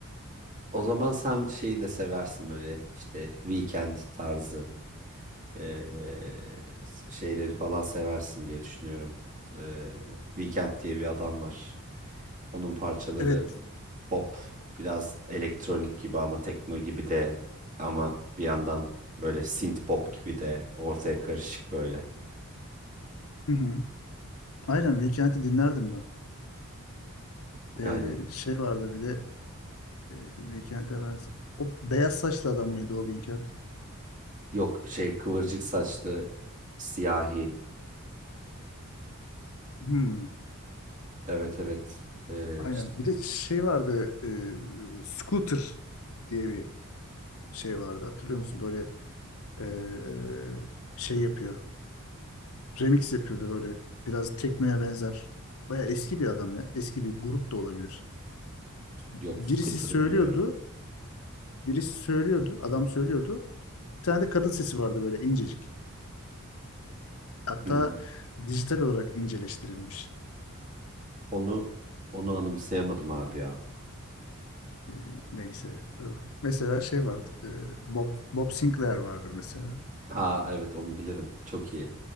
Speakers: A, on the right (about 35°); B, on the left (about 75°).
A: O zaman sen şeyi de seversin böyle işte weekend tarzı. Ee, şeyleri falan seversin diye düşünüyorum. Ee, Weekend diye bir adam var. Onun parçaları
B: Evet.
A: pop, biraz elektronik gibi ama tekno gibi de ama bir yandan böyle synth pop gibi de ortaya karışık böyle.
B: Hı hı. Aynen Weekend'i dinlerdim ben. Ee,
A: Yani
B: şey vardı bir de e, Weekend'e ben... O beyaz saçlı adam mıydı o Weekend?
A: yok şey kıvırcık saçlı siyahi.
B: Hmm.
A: Evet evet. Ee,
B: Aynen.
A: işte
B: Bir de şey vardı e, Scooter diye bir şey vardı. Hatırlıyor musun? Böyle e, şey yapıyor. Remix yapıyordu böyle. Biraz teknoya benzer. Baya eski bir adam ya. Eski bir grup da olabilir.
A: yok
B: Birisi
A: Scooter'ı
B: söylüyordu.
A: bilmiyorum.
B: Birisi söylüyordu. Adam söylüyordu. Bir tane de kadın sesi vardı böyle incecik. Hatta
A: Hmm.
B: dijital olarak inceleştirilmiş.
A: Onu onu anımsayamadım abi ya.
B: E, neyse. E, Mesela şey vardı. e, Bob, Bob Sinclair vardır mesela.
A: Ha evet onu bilirim. Çok iyi.